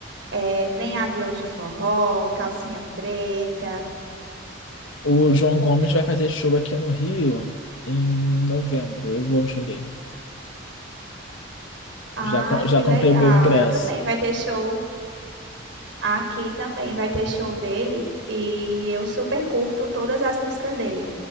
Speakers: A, on the right; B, on the left.
A: eh, vem Aviões de Forró, Calcinha Preta.
B: O João Gomes vai fazer show aqui no Rio em novembro. Eu vou no show dele.
A: Ah,
B: Já, co-
A: que
B: já comprei
A: legal!
B: meu ingresso.
A: Eu também. Vai ter show. Aqui também vai ter show dele e eu super curto todas as músicas dele.